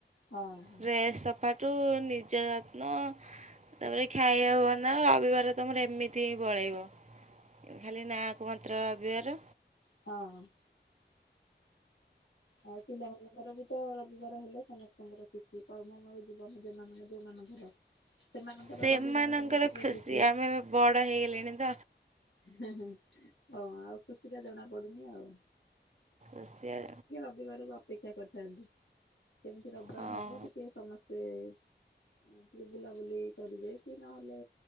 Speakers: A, on the left (about 85°); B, on the right (about 40°).
A: ହଁ ହଁ
B: ଡ୍ରେସ୍ ସଫାଠୁ ନିଜ ଯତ୍ନ ତାପରେ ଖାଇଆଉ ବନାଅ ରବିବାର ତମର ଏମିତି ହିଁ ପଳେଇବ ଖାଲି ନାଁ କୁ ମାତ୍ର ଅବିବାର।
A: ହଁ। ଆଉ ପିଲାମାନଙ୍କର ବି ତ ରବିବାର ହେଲେ ସମସ୍ତଙ୍କର ଖୁସି କର୍ମମୟ ଜୀବନ ଯେମାନଙ୍କ ଯୋଉମାନ ଙ୍କର ସେମାନଙ୍କର
B: ସେମାନଙ୍କର
A: ରବିବାର ହେଲେ ଟିକେ ଖୁସି।
B: ଆମେ ବଡ଼ ହେଇଗଲେଣି ତ
A: ହଁ ଆଉ ଖୁସିରେ ଜଣା ପଡୁ଼ନି ଆଉ।
B: ଅସିଆ
A: ବିବାରକୁ ଅପେକ୍ଷା କରିଥାଆନ୍ତି କେମିତି ରବିବାର
B: ହଁ
A: ହବ ଟିକେ ସମସ୍ତେ ଏଁ ଟିକେ ବୁଲାବୁଲି କରିବେ କି ନହେଲେ